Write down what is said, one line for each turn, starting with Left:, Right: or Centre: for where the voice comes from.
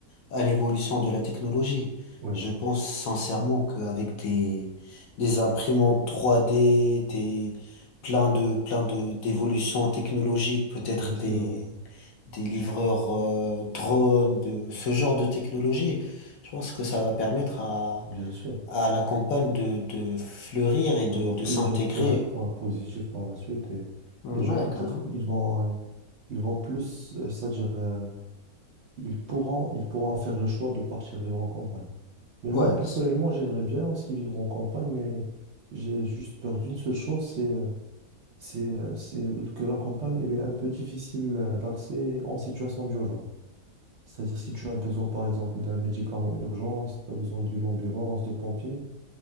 Left: à l'évolution de la technologie.
Right: Oui,
Left: Je pense sincèrement qu'avec des, des imprimantes 3D, des, plein de, plein de, d'évolutions technologiques, peut-être
Right: oui,
Left: des,
Right: c'est vrai.
Left: des livreurs, euh, drones, de ce genre de technologie, je pense que ça va permettre à
Right: Bien sûr,
Left: à la campagne de, de fleurir et de,
Right: d'avoir
Left: de
Right: plusieurs
Left: s'intégrer.
Right: pla- points positifs par la suite et
Left: Mmh,
Right: les gens
Left: Ouais,
Right: peut-être
Left: carrément.
Right: ils vont euh, ils vont plus euh, c'est-à-dire euh, ils pourront ils pourront faire le choix de partir vivre en campagne. Mais moi
Left: Ouais,
Right: personnellement, j'aimerais bien aussi vivre en campagne mais j'ai juste peur d'une seule chose, c'est euh, c'est euh, c'est que la campagne elle est un peu difficile euh, d'accès en situation d'urgence. C'est-à-dire si tu as besoin par exemple d'un médicament urgent, si tu as besoin d'une ambulance, de pompiers